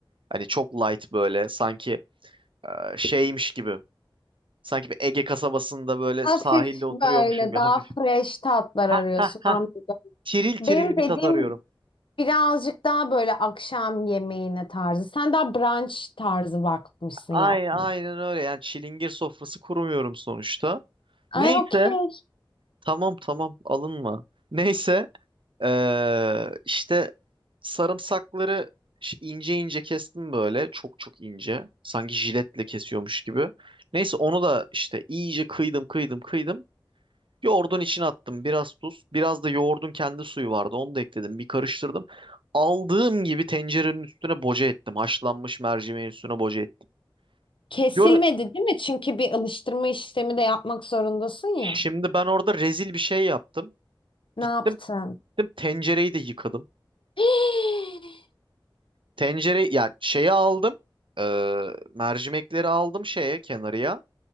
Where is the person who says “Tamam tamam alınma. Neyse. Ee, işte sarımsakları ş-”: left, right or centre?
Right